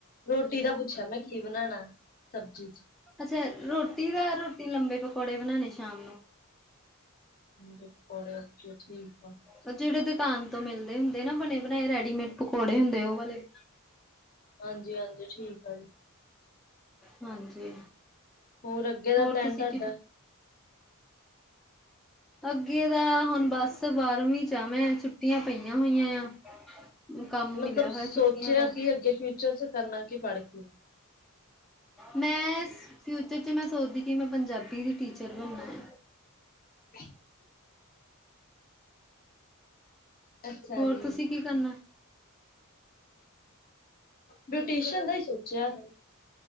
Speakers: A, on the left (about 40°); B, in the centre.
A: ਰੋਟੀ ਦਾ ਪੁੱਛਿਆ ਮੈਂ ਕੀ ਬਨਾਣਾ ਸਬਜ਼ੀ ਚ
B: ਅੱਛਾ ਰੋਟੀ ਦਾ ਰੋਟੀ ਲੰਬੇ ਪਕੌੜੇ ਬਣਾਉਣੇ ਸ਼ਾਮ ਨੂੰ
A: ਲੰਬੇ ਪਕੌੜੇ ਅੱਛਾ ਠੀਕ ਆ
B: ਸੱਚੀ ਜਿਹੜੇ ਦੁਕਾਨ ਤੋਂ ਮਿਲਦੇ ਹੁੰਦੇ ਨਾ ਬਣੇ ਬਣਾਏ ਰੈਡੀਮੇਡ ਪਕੌੜੇ ਹੁੰਦੇ ਉਹ ਵਾਲੇ
A: ਹਾਂਜੀ - ਹਾਂਜੀ ਠੀਕ ਆ ਜੀ
B: ਹਾਂਜੀ
A: ਹੋਰ ਅੱਗੇ ਦਾ
B: ਹੋਰ
A: ਪਲੈਨ
B: ਤੁਸੀਂ
A: ਤੁਹਾਡਾ
B: ਕੀ ਅੱਗੇ ਦਾ ਹੁਣ ਬਸ ਬਾਰਵੀਂ ਚ ਆ ਮੈਂ ਛੁੱਟੀਆਂ ਪਈਆਂ ਹੋਈਆਂ ਆ ਕੰਮ ਮਿਲਿਆ
A: ਮਤਲਬ
B: ਹੋਇਆ
A: ਸੋਚਿਆ
B: ਛੁੱਟੀਆਂ ਦਾ
A: ਕਿ ਅੱਗੇ ਫਿਊਚਰ ਚ ਕਰਨਾ ਕੀ ਪੜ ਕੇ
B: ਮੈਂ ਫਿਊਚਰ ਚ ਮੈਂ ਸੋਚਦੀ ਕਿ ਮੈਂ ਪੰਜਾਬੀ ਦੀ ਟੀਚਰ ਬਣਨਾ ਆ
A: ਹ <unintelligible> ਅੱਛਾ
B: ਹੋਰ
A: ਜੀ
B: ਤੁਸੀਂ ਕੀ ਕਰਨਾ
A: ਬਿਊਟੀਸ਼ਨ ਦਾ ਈ ਸੋਚਿਆ